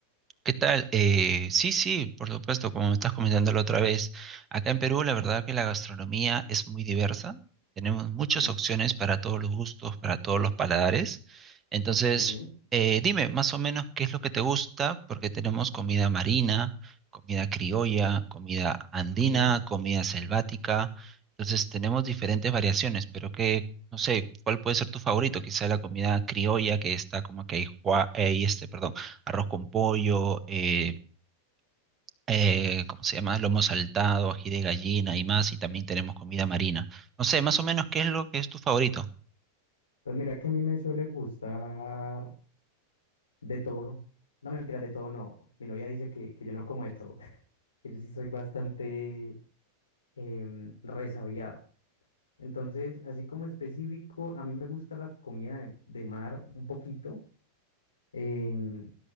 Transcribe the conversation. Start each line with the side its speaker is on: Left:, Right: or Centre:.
Right: ¿Qué tal? Eh, sí, sí, por supuesto, como me estás comentando la otra vez, acá en Perú la verdad que la gastronomía es muy diversa, tenemos muchas
Left: Mm,
Right: opciones para todos los gustos, para todos los paladares, entonces
Left: ujú,
Right: eh, dime más o menos qué es lo que te gusta, porque tenemos comida marina, comida criolla, comida andina,
Left: ujú.
Right: comida selvática, entonces tenemos diferentes variaciones, pero que, no sé, ¿cuál puede ser tu favorito? Quizá la comida criolla que está como que ahí, jua- ahí, este, perdón arroz con pollo, eh, eh, ¿cómo se llama? Lomo saltado, ají de gallina y más, y también tenemos comida marina. No sé, más o menos, ¿qué es lo que es tu favorito?
Left: Pues mira que a mí me suele gustar de todo. No mentira, de todo no. Mi novia dice que, que yo no como de todo, <laughs> que yo sí soy bastante em, resabiado. Entonces, así como específico, a mí me gusta la comida de, de mar un poquito, em,